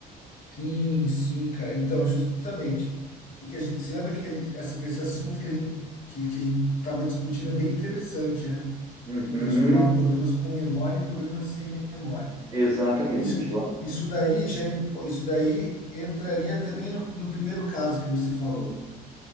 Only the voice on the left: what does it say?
Sim, sim, cara. Então, justamente, o que a gente, você lembra que essa- esse assunto que a gente, que, que a gente estava discutindo é bem interessante, né?
Transformar problemas com memória em problemas sem memória.
Isso,
isso daí já, en- isso daí entraria também no, no primeiro caso que você falou,